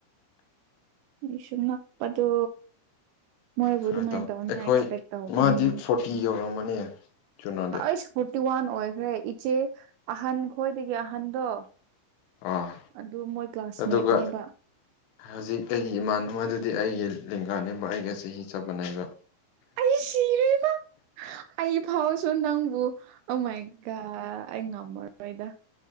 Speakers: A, on the right (about 80°); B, on the left (about 75°).
A: ꯑꯩ ꯁꯨ ꯉꯛꯄꯗꯣ ꯃꯣꯏꯕꯨ
B: ꯈꯔ
A: ꯑꯗꯨꯃꯥꯏꯅ
B: ꯇꯧ
A: ꯇꯧꯅꯤꯅ
B: ꯑꯩꯈꯣꯏ
A: ꯑꯦꯛꯁꯄꯦꯛ ꯇꯧꯗꯕꯅꯦꯕ
B: ꯃꯥꯗꯤ ꯐꯣꯔꯇꯤ ꯌꯧꯔꯝꯃꯅꯤ ꯆꯨꯅꯣꯗꯤ
A: ꯑꯩꯁ ꯐꯣꯔꯇꯤ ꯋꯥꯟ ꯑꯣꯏꯈ꯭ꯔꯦ ꯏꯆꯦ ꯑꯍꯟ ꯈꯣꯏꯗꯒꯤ ꯑꯍꯟꯗꯣ
B: ꯑꯥ
A: ꯑꯗꯨ ꯃꯣꯏ ꯀ꯭ꯂꯥꯁꯃꯦꯠꯅꯦꯕ
B: ꯑꯗꯨꯒ ꯍꯧꯖꯤꯛ ꯑꯩꯒꯤ ꯏꯃꯥꯟꯅꯕꯅꯕꯗꯨꯗꯤ ꯑꯩꯒꯤ ꯂꯦꯡꯒꯥꯅꯦꯕ ꯑꯩꯒ ꯆꯍꯤ ꯆꯠ ꯃꯥꯟꯅꯩꯕ
A: ꯑꯩ ꯁꯤꯔꯦꯗ ꯑꯩ ꯐꯥꯎꯁꯨ ꯅꯪꯕꯨ ꯑꯃꯀ ꯑꯩ ꯉꯝꯃꯔꯣꯏꯗ